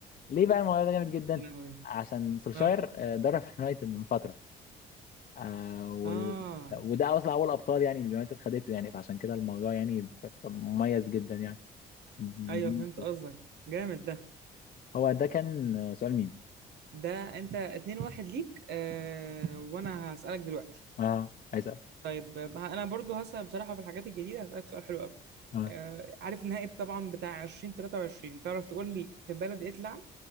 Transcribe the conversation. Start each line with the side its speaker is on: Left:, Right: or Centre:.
Left: ليه بقى الموضوع ده جامد جدا
Right: يا لهوي
Left: عشان سولشاير
Right: اه
Left: آه، درب اليونايتد <laughs> من فتره آه، وال...
Right: اه
Left: وده اصلا اول ابطال يعني اليونايتد خدته يعني فعشان كده الموضوع يعني ب- ب- مميز جدا يعني م-
Right: ايوه فهمت قصدك جامد ده
Left: هو ده كان سؤال مين
Right: ده انت 2 1 ليك آه وانا هسألك دلوقتي
Left: اه عايز اسال
Right: طيب آه، انا برضو هسأل بصراحة في الحاجات الجديدة هسألك سؤال حلو قوي
Left: آه.
Right: آه عارف النهائي طبعا بتاع 2023 تعرف تقول لي في بلد ايه اتلعب